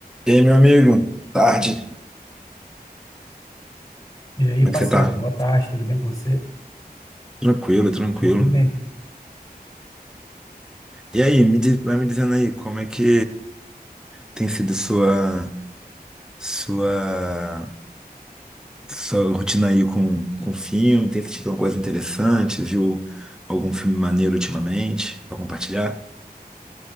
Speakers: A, in the centre; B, on the left.
A: E aí, meu amigo? Tarde.
B: E aí,
A: Como
B: parceiro,
A: é que você tá?
B: boa tarde, tudo bem com você?
A: Tranquilo, tranquilo.
B: Tudo bem.
A: E aí, me diz- vai me dizendo aí, como é que tem sido sua sua sua rotina aí com com filme? Tem assistido alguma coisa interessante? Viu algum filme maneiro ultimamente pra compartilhar?